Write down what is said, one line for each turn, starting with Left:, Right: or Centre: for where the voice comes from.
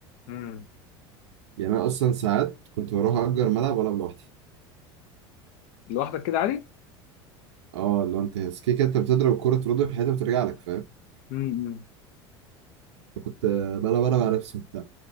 Left: امم
Right: يعني أنا أصلا ساعات كنت بروح أجر ملعب وألعب لوحدي
Left: لوحدك كده عادي
Right: اه لو أنت كده كده أنت بتضرب الكورة ترد في حياتها وترجع لك فاهم
Left: امم
Right: فكنت بلا بلا مع نفسي وبتاع